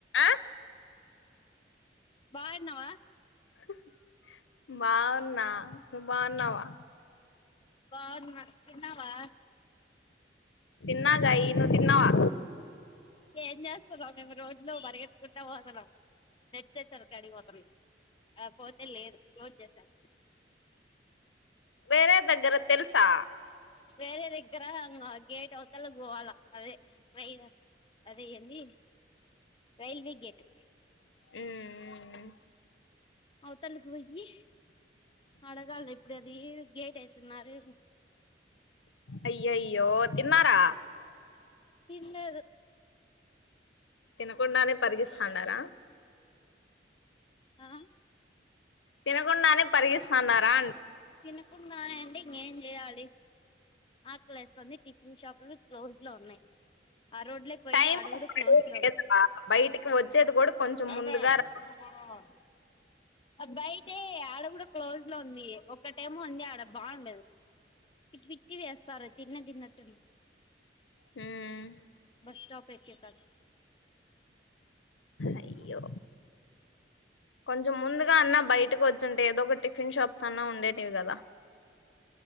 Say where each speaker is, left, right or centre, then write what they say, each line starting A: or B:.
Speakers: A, on the left; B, on the left.
A: ఆ
B: బాన్నవా
A: హ్‌ హ్ హ్ బావున్నా నువ్వు బావున్నవా
B: బావున్నా తిన్నరా
A: తిన్నాగా నువ్ తిన్నావా
B: ఏం చేస్తున్నాం మేము రోడ్లో పరుగెత్కుంటా పోతన్నాం నెట్ సెంటర్ కాడి ఆ పోతే లేదు క్లోజ్ చేసారు
A: వేరే దగ్గర తెలుసా
B: వేరే దగ్గర గేట్ అవతల పోవాలా అదే ట్రైన్ అదే ఏంది రైల్వే గేట్
A: ఉమం
B: అవు తలకి పోయి అడగాలి ఇప్పుడు అది గేట్ వేస్తున్నారు
A: అయ్యో అయ్యో తిమారా
B: తినలేదు
A: తినకుండానే పరిగిస్తాన్నారా
B: ఆ
A: తినకుండానే పరిగెత్తునారా
B: తినకుండానే ఇంకేం చేయాలి ఆకలి వేస్తుంది టిఫిన్ షాప్లు క్లోజ్ లో ఉన్నాయి ఆ రోడ్ లోకి పోయిడి
A: టైం
B: ఆడ కూడా
A: ఇప్పుడు
B: క్లోజ్ లో
A: లేదా
B: ఉంది
A: బయటికి వచ్చేది కూడా కొంచెం
B: ఏమే
A: ముందుగా
B: ఏంది
A: రా
B: గొడవ బయట ఆడ కూడా క్లోజ్ లో ఉంది ఒక్క టైం ఉంది ఆడ బాగుండదు పిట్టి పిట్టివి వేస్తారు తిన్న తిన్నట్
A: హ్మ్మ్
B: బస్ స్టాప్ ఏటే కానీ
A: అయ్యో కొంచెం ముందుగా అన్నా బయటకు వచ్చుంటే ఏదో ఒక టిఫిన్ షాప్స్ అన్నా ఉండేటివి కదా